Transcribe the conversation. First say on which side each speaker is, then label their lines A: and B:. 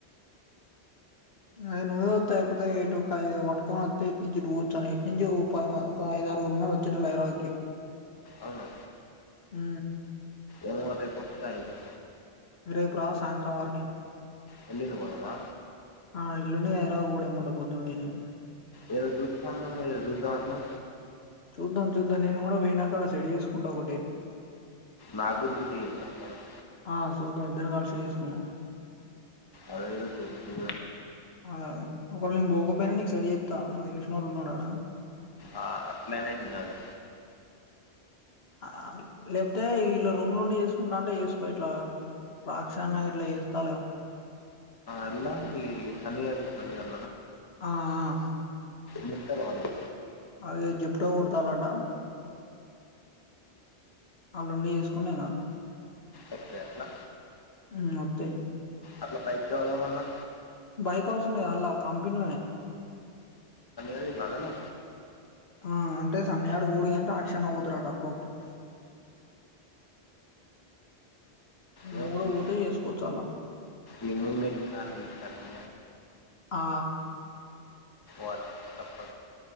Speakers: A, on the left; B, on the left.
A: అద నువ్వే వస్తా అయిపోతే ఇటుఐ పట్కొని వస్త ఇ నుంచి ఇ పతాను ఇ నుంచి ఐ వచ్చట్ రల ర
B: అవునా
A: ఉ
B: ఏమ అయితే పస్తతాయితే
A: రేపు రా సాయంత్రం వారికి
B: వెళ్ళలు పోదదా
A: ఆ ఇల్లుండి అయరా కూడాటే పొద్దున్న లే
B: ఏరో జు ఏరో రుదాన్నా
A: చూద్దాం చూద్దాం నేను కూడా పోయినాక అడ సెడ చేసుకుంటా ఒకటే
B: నాకు కూడా చూడ ఇద్దరం పోదాం
A: ఆ చూద్దాం ఇద్దరం కాలిసి చేసుకున్నా
B: అదేద తెరుతుద
A: అ ఆ ఒకరిళ నను పోకపోయినా నీకు సె ఎత్తా నావ తెలిసిన వాళ్ళు నోడా
B: ఆ అట్లేనే ఇదు
A: అ లేకపోతే ఇలా రూమ్ నుండి చేసుకుంటా అంటే చేసుకో ఇట్లా రాక్షన్న ఇట్లా చేస్తా అల గా
B: ఎలా తనిరు తనియలే
A: ఆ ఆ
B: మత్తవాన్నా
A: అవి జిప్టో కుడతాలంట అళ్లుుండి చేసుకునేం కాదు
B: వస్తాయి అట్లా
A: అ మోతే
B: అట్లా బైక్ చ వాల మన్నా
A: బైక్ అవసరన్నాయి అల్లా కంపెనీలనే
B: లాబైక్ అవసరం లేదా
A: ఆ అంటే సన్నయాడు పాడిగా అంట రాక్షణ పోతుారుట అప్పుడప్పుడు <inaudible> నువ్వు
B: ఏమవుతుంది
A: కూడా పోతే చేసుకోవచ్చు అలా
B: ఈ మూడు నెలలు ఖాళీ ఇంటి ఖాళీ
A: ఆ
B: ఓప్ప